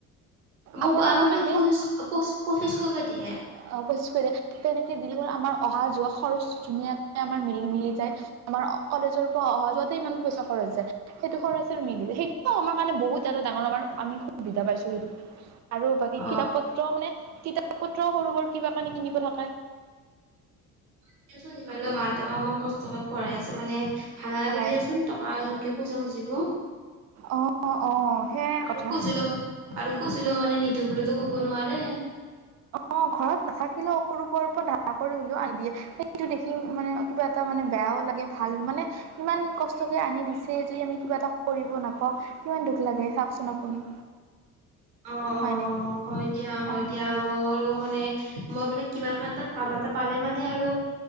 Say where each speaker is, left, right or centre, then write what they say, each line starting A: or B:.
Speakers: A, on the right (about 75°); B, on the right (about 40°).
A: মোক
B: আপোনোক
A: আমাক
B: কিমান
A: সেই
B: দিয়ে
A: পঁচিশ পঁচিশশকে দিয়ে
B: অ পঁচিশ খ দিয়ে তেনেকে দি বুলি হ'ল আমাৰ অহা যোৱা খৰচ ধুনীয়াকে আমাৰ মিলি মিলি যায় আমাৰ অ কলেজ ৰ পৰা অহা যোৱাতে ইমান পইচা খৰচ যায়। সেইটো খৰচ মিলি যায় সেইটো আমাৰ কাৰণে বহুত এটা ডাঙৰ আমাৰ আমি সুবিধা পাইছো আৰু বাকী
A: অ
B: কিতাপ পত্ৰ মানে কিতাপ পত্ৰও সৰু সৰু কিবা কানি কিনিব থাকে।
A: এতিয়া চোন ইমান মাহতে মই কষ্টকে পঢ়াই আছে মানে ভাল নালাগে
B: পঢ়াই
A: দিয়াচোন
B: আছে
A: টকা এনকে পইচা খুজিব। অ
B: অ অ অ সেয়াই
A: আৰু
B: কথা
A: খুজিলেও আৰু খুজিলেও মানে নিদো বুলিতো কব নোৱাৰে।
B: অ ঘৰত নাথাকিলেও কবাৰ পৰা ধাৰ কৰি হলেও আনি দিয়ে সেইটো দেখি মানে কিবা এটা মানে বেয়াও লাগে ভাল মানে ইমান কষ্টকে আনি দিছে যদি আমি কিবা এটা কৰিব নাপাওঁ। কিমান দুখ লাগে চাওকচোন আপুনি।
A: অ
B: হয়নে
A: অ হয় দিয়া হয়
B: অ
A: দিয়া। আৰু মানে মই মানে কিবা এটা কাম এটা পালে মানে আৰু